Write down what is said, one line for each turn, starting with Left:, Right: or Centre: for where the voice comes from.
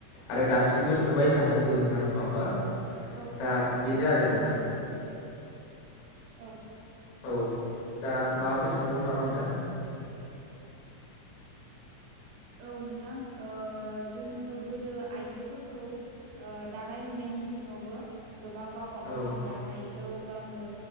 Left: आरो दासिमबो नुबाय थादोंबो नथां नङा होमबा
Right: औ
Left: दा बेनो आरो नोंथां
Right: औ
Left: औ दा माबाफोर सोंबावनो नामा नोंथां
Right: औ नोंथां जोङो गोदो आइजोफोरखौ दानाय लुनायनि बिथिङावबो गोबां गावबा गावनो
Left: औ
Right: दानाय खौ गावनो